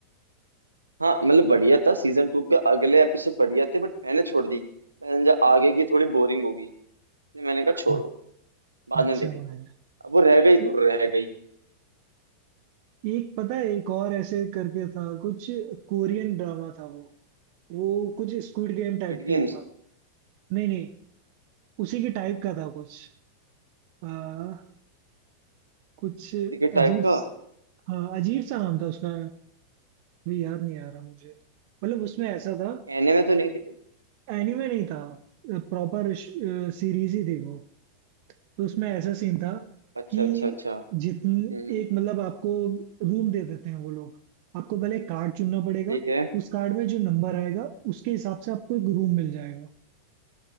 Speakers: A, on the right (about 80°); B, on the right (about 45°).
A: हाँ मतलब बढ़िया था सीजन टू के अगले एपिसोड बढ़िया थे बट मैंने छोड़ दी मैंने समझा आगे की थोड़ी बोरिंग होगी इसलिए मैंने कहा
B: <laughs>
A: छोड़ो बाद
B: अच्छा
A: में देखेंगे
B: भाई
A: अब वो रह गई तो
B: ए-
A: रह गई
B: एक पता है एक और ऐसे करके था कुछ कोरियन ड्रामा था वो वो कुछ स्क्विड गेम टाइप
A: Squid
B: के
A: Games
B: था नहीं नहीं उसी के टाइप का था कुछ आ, कुछ अजीब
A: टिकट टाइप का
B: हाँ अजीब सा नाम था उसका भी याद नहीं आ रहा मुझे मतलब उसमें ऐसा था
A: एनिमे तो नहीं थे कोई
B: एनिमे नहीं था प्रॉपर सीरीज ही थी वो तो उसमें ऐसा सीन था
A: अच्छा
B: कि
A: अच्छा अच्छा
B: जितने
A: हम्म
B: एक मतलब आपको रूम दे देते हैं वो लोग आपको पहले कार्ड चुनना पड़ेगा
A: ठीक है
B: उस कार्ड में जो नंबर आएगा उसके हिसाब से आपको एक रूम मिल जाएगा